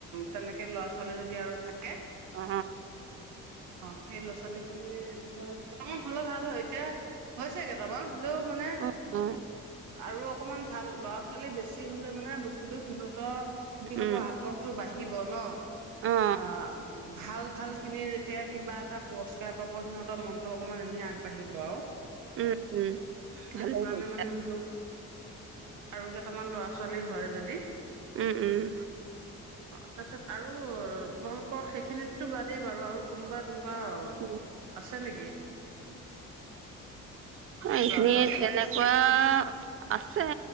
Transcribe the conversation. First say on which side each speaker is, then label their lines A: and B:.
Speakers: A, on the right; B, on the right.
A: তেনেকে ল'ৰা-ছোৱালী যদি আৰু থাক কে
B: অ
A: অ' সেই ল'ৰা-ছোৱালীখিনি হয় বৰ্তমান হলে ভাল হয় এতিয়া হৈছেগে কাবা হেল্লো মানে
B: অ অ
A: আৰু অকণমান ভাল ল'ৰা ছোৱালী বেছি হলে মানে বস্ত সিহঁত সিহঁতৰ কি হব
B: উম
A: আগ্ৰহতটো বাঢ়ি আহিব ন
B: অ অ
A: অ ভাল ভাল খিনিয়ে যেতিয়া কিবা এটা পুৰস্কাৰ পাব হ সিহঁতৰ মনটো অকমান এনে বাঢ়িব আৰু
B: উম উম
A: সেইটো
B: ভালৈই
A: কাৰণে
B: কৰিছা
A: মানে বোলো আৰু কেইটামান ল'ৰা ছোৱালী হয় যদি দি
B: উম উম
A: তাৰপিছত আৰু তোমালোকৰ সেইখিনিতো বাদেই বাৰু আৰু কোনোবা বাৰু
B: অ
A: আছে নেকি
B: এইখিনিত‌
A: ল'ৰা ছোৱালী
B: তেনেকুৱা অ আছে